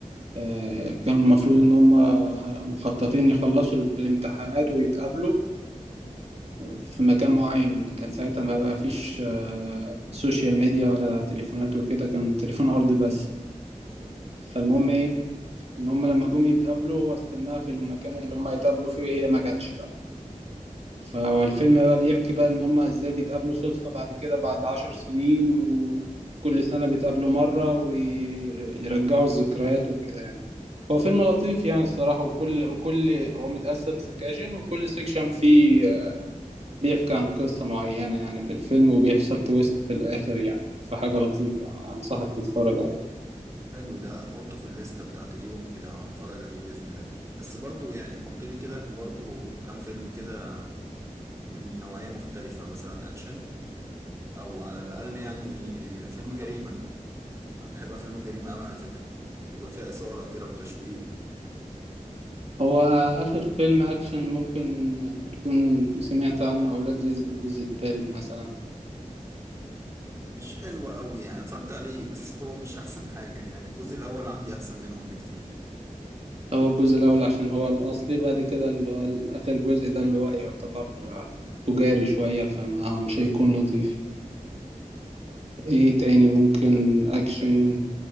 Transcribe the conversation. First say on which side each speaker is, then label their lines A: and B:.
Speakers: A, on the right (about 50°); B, on the right (about 20°).
A: آه، كانوا المفروض إن هم ه- مخططين يخلصوا الامتحانات ويتقابلوا في مكان معين كان ساعتها ما بقى فيش آه، سوشيال ميديا ولا تليفونات وكده كان تليفون أرضي بس فالمهم إيه إن هم لما جم يتقابلوا هو استناها في المكان اللي هم يتقابلوا فيه هي ما جاتش بقى فهو الفيلم بقى بيحكي بقى ان هما ازاي بيتقابلوا صدفة بعد كده بعد عشر سنين وكل سنة بيتقابلوا مرة ويرجعوا الذكريات وكده يعني هو فيلم لطيف يعني الصراحة وكل وكل هو متقسم سكاشن وكل سكشن فيه بيحكي عن قصة معينة يعني في الفيلم وبيحصل تويست في الآخر يعني في حاجة لطيفة أنصحك تتفرج عليه
B: حلو ده هحطه في الليستة بتاعت اليوم كده هتفرج عليه بإذن الله بس برضو يعني حط لي كده برضو كام فيلم كده من نوعية مختلفة مثلا أكشن أو على الأقل يعني فيلم جريمة أنا بحب أفلام الجريمة أوي على فكرة بيبقى فيها إثارة كده وتشويق
A: هو آخر فيلم أكشن ممكن تكون سمعت عنه أولاد رزق الجزء الثالث مثلا
B: مش حلوة أوي يعني اتفرجت عليه بس هو مش أحسن حاجة يعني الجزء الأول عندي أحسن منهم بكتير
A: هو الجزء الأول عشان هو الأصلي بعد كده اللي هو آخر جزء ده اللي هو يعتبر آه، تجاري شوية فمش هيكون لطيف إيه تاني ممكن أكشن